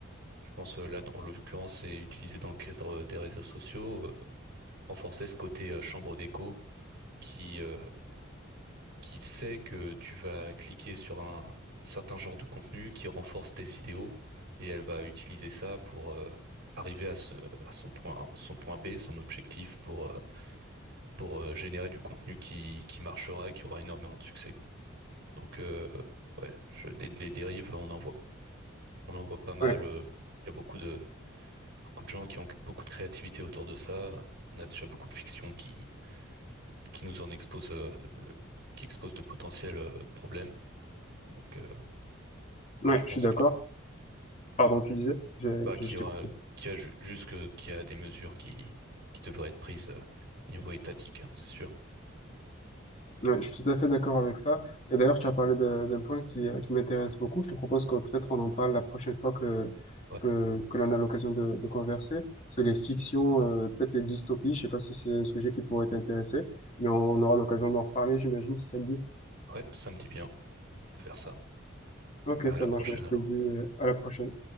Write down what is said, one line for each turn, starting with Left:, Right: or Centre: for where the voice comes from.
Right: je pense euh, là dans l'occurrence c'est utilisé dans le cadre des réseaux sociaux, euh, renforcer ce côté euh, chambre d'écho qui, euh, qui sait que tu vas cliquer sur un certain genre de contenu qui renforce tes idéaux et elle va utiliser ça pour... euh, arriver à, ce, à son point, son point B, son objectif pour, euh, pour euh, générer du contenu qui, qui marchera, qui aura énormément de succès, quoi. Donc, euh, ouais, je, des- les dérives, on en voit, on en voit pas mal.
Left: Ouais,
Right: euh, Il y a beaucoup de, beaucoup de gens qui ont beaucoup de créativité autour de ça. On a déjà beaucoup de fiction qui, qui nous en expose, euh, de- qui expose de potentiels euh, problèmes. Donc, euh,
Left: ouais,
Right: ouais, je pense
Left: je suis d'accord.
Right: que,
Left: Pardon, tu disais, j'ai,
Right: bah,
Left: j'ai-
Right: qu'il
Left: je
Right: y
Left: t'ai
Right: aura,
Left: coupé.
Right: qu'il y a ju- juste que- qu'il y a des mesures qui, qui devraient être prises euh, niveau étatique, hein, c'est sûr.
Left: Ouais, je suis tout à fait d'accord avec ça. Et d'ailleurs, tu as parlé de- d'un point qui, euh, qui m'intéresse beaucoup. Je te propose que peut-être on en parle la prochaine fois que,
Right: Ouais,
Left: que, que l'on a l'occasion de, de converser. C'est les fictions, euh, peut-être les dystopies. Je sais pas si c'est un sujet qui pourrait t'intéresser, mais on
Right: ouais,
Left: aura l'occasion d'en reparler, j'imagine, si ça te dit.
Right: ouais, ça me dit bien. Faire ça.
Left: Ok,
Right: À
Left: ça
Right: la prochaine
Left: marche, mais
Right: alors.
Left: je te le dis euh, à la prochaine.